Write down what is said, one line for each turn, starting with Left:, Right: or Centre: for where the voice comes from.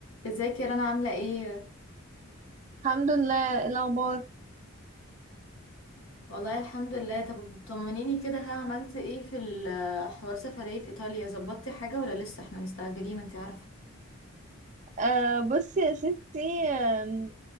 Left: ازيك يا رنا عاملة ايه؟
Right: الحمد لله إيه الاخبار
Left: والله الحمد لله طب طمنيني كده ها عملت ايه في ال- حوار سفرية ايطاليا ظبطتي حاجة ولا لسه احنا مستعجلين انت عارفة
Right: آه بصي يا ستي آم،